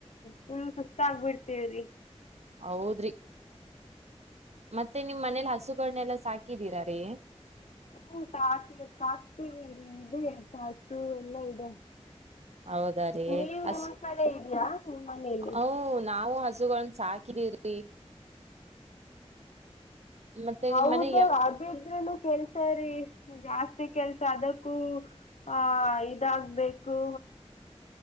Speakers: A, on the left; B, on the right.
A: ಫುಲ್ ಸುಸ್ತಾಗ್ ಬಿಡ್ತೇವ್ರಿ.
B: ಹೌದ್ರಿ ಮತ್ತೆ ನಿಮ್ ಮನೇಲಿ ಹಸುಗಳನೆಲ್ಲ ಸಾಕಿದೀರಾರೀ.
A: ಹ್ಮ ಸಾಕ್ತಿವ್ ಸಾಕ್ತಿವಿರಿ ಇದು <unintelligible> ಹಸು ಎಲ್ಲಾ ಇದೆ.
B: ಹೌದಾ ರೀ
A: ನೀವ್
B: ಹಸ್
A: ನಿಮ್ ಕಡೆ ಇದ್ಯಾ ನಿಮ್ ಮನೇಲಿ.
B: ಹ್ಮ್ಮ್ ನಾವು ಹಸುಗಳ ಸಾಕಿದೀವ್ರಿ. ಮತ್ತೆ
A: ಹೌದು
B: ನಿಮ್ ಮನೆ ಯ
A: ಅದ ಇದ್ರನು ಕೆಲ್ಸ. ಸರಿ ಜಾಸ್ತಿ ಕೆಲ್ಸ ಅದಕ್ಕೂ ಹಾ ಇದಾಗಬೇಕು.